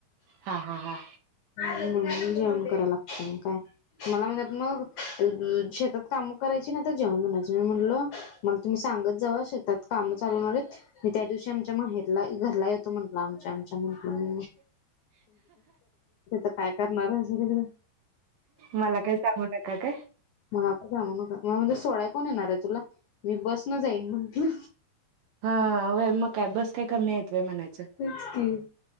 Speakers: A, on the right; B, on the left.
A: हा हा हा
B: नाही जेवण करायला लागत काय? मला म्हणतात मग शेतात काम करायचे ना तर जेवण म्हणाच म्हटलं मला तुम्ही सांग. सांग शेतात काम चाल मी त्या दिवशी आमच्या माहेरला घरला येतो म्हटलं आम म्हुमुम्ही काय करणार आहे सगकडें.
A: मला काय सांगू नका काय
B: मला का जागू नका म म्हणजे सोड्या, कोण येणार आहे तुला मी बसनं जाईन म्हनल,
A: हा मग काॅ बस काय कमी य, म्हणायच
B: तेच की